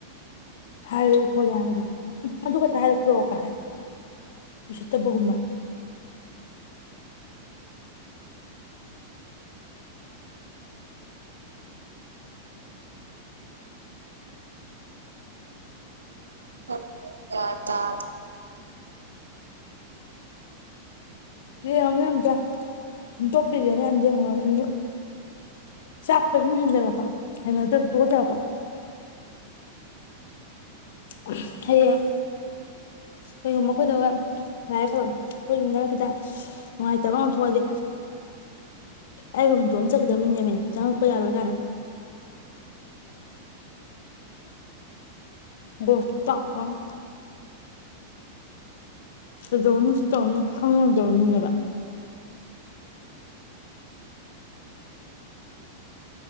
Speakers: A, on the left; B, on the right.
A: ꯍꯥꯏꯌꯦ ꯈꯣꯠꯂꯦ ꯍꯥꯏꯕꯁꯦ ꯎꯝ ꯑꯗꯨ ꯈꯛꯇ ꯍꯥꯏꯔꯛꯄ꯭ꯔꯣ ꯀꯥꯏ ꯎꯁꯤꯠꯇꯕꯒꯨꯝꯕ
B: ꯑꯛ ꯒ꯭ꯌꯥꯟ ꯇꯥꯗꯦ
A: ꯌꯦꯡꯉꯨꯅꯦ ꯑꯃꯇ ꯁꯨꯝ ꯇꯣꯞꯄꯤꯔꯦꯅ ꯑꯃꯇꯥ ꯌꯦꯡꯉꯨ ꯅꯪꯁꯨ ꯆꯥꯛꯄꯁꯨꯝ ꯍꯦꯟꯖꯜꯂꯛꯄ ꯍꯩꯅꯗꯕ ꯇꯨꯀꯠꯆꯔꯛꯄ ꯍꯝ ꯍꯌꯦꯡ ꯀꯩꯒꯨꯝꯕ ꯑꯩꯈꯣꯏꯗꯒꯥ ꯂꯥꯛꯑꯦ ꯈꯜꯂꯣ ꯑꯈꯣꯢ ꯌꯨꯝꯅꯒ ꯈꯠꯇꯥ ꯅꯨꯡꯉꯥꯏꯇꯕ ꯑꯃ ꯊꯣꯛꯑꯗꯤ ꯑꯩꯒ ꯍꯨꯟꯇꯣꯛ ꯑꯃꯃꯥ ꯆꯠꯈꯤꯗꯧꯕ ꯃꯤꯅꯦꯃꯤ ꯆꯪꯉꯛꯄ ꯌꯥꯔꯣꯏ ꯀꯥꯏꯅ ꯕꯣꯇꯥꯛꯄꯝ ꯀꯩꯗꯧꯅꯤ ꯁꯤꯇꯧꯅꯤ ꯈꯪꯗꯕ ꯃꯤꯅꯦꯕ